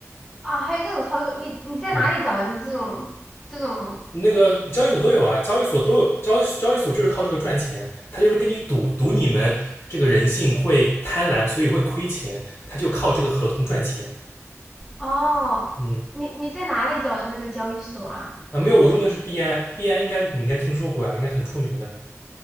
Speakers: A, in the centre; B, on the left.
A: 啊，还有这种操作，你你在哪里找的这种这种？
B: 嗯。那个交易所都有啊，交易所都有交易交易所就是靠这个赚钱，他就是跟你赌赌你们这个人性会贪婪，所以会亏钱，他就靠这个合同赚钱。
A: 哦，
B: 嗯
A: 你你在哪里找的那个交易所啊？
B: 啊，没有，
A: 哦
B: 我用的是币安，币安应该你应该听说过啊，应该很出名的。